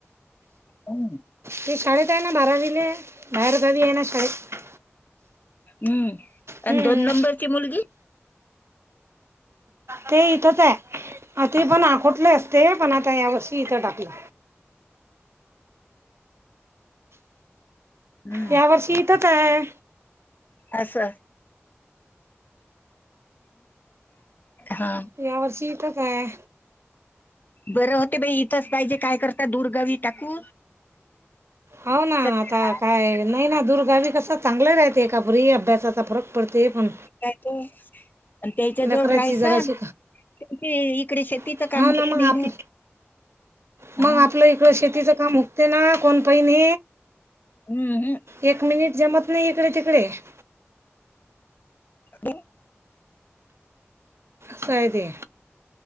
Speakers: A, on the left (about 40°); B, on the right (about 65°).
A: हम्
B: ते शाळेत आहे ना बारावीले बाहेर जावी आहे ना शाळेत
A: हम्म आणि
B: हम्म.
A: दोन नंबरची मुलगी
B: ते इथच आहे ते पण आखोटले असते पण आता या वस् तीथ डाकलं
A: हं,
B: या वर्षी इथच आहे
A: असं हा
B: या वर् शीता काय
A: बरं होते बाई इथंच पाहिजे काय करता दूरगावी टाकू
B: हो ना
A: सध्या
B: आता काय नाही ना दूर्गावी कसं चांगलं राहते एका फरी अभ्यासाचा फरक पडते पण
A: ए तो आणि त्याच्या
B: लेकराची
A: जवळ राहायसा
B: जराशी
A: ते इकडे शेतीच
B: हो
A: काम
B: ना
A: करत नाही
B: आपण
A: मग हा.
B: मग आपलं इकडं शेतीचं काम होत ते ना कोण पही न
A: हं, हं.
B: एक मिनिट जमत नाही इकडे तिकडे <inaudible>
A: ह
B: साय ते